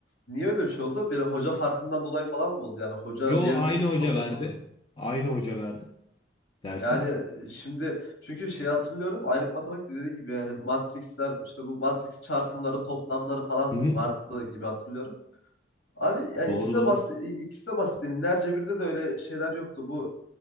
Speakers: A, on the left; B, on the left.
A: niye öyle bir şey oldu? Bir hoca farkından dolayı falan mı oldu? Yani hoca
B: Yo
A: diğerine
B: aynı hoca
A: çok mu
B: verdi.
A: zorladı?
B: Aynı hoca verdi dersi.
A: Yani e, şimdi çünkü şeyi hatırlıyorum. Ayrık matematik dediğin gibi yani Matrix'ler işte bu Matrix çarpımları toplamları falan
B: Hı hı.
A: vardı gibi hatırlıyorum. Abi yani
B: Doğru
A: ikisi
B: doğru.
A: de basit, ikisi de basit. Lineer Cebir'de de öyle şeyler yoktu. Bu